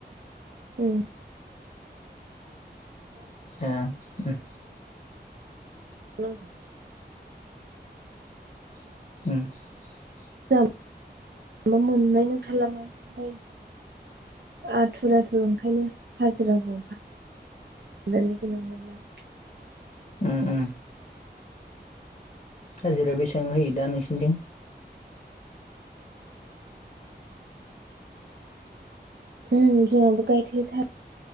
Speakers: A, on the right; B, on the left.
A: उम।
B: एह उम।
A: नोंगौ।
B: <inaudible>
A: <unintelligible> मोननाय नोंथारलामोन ओमफाय आथुर आथु ओंखायनो हाजिराखौ <unintelligible> लिंहरनाय
B: ओम ओम। हाजिरा बेसेबां होयो दा नोंसिनिथिं?
A: उम जोंहाबो गायथे था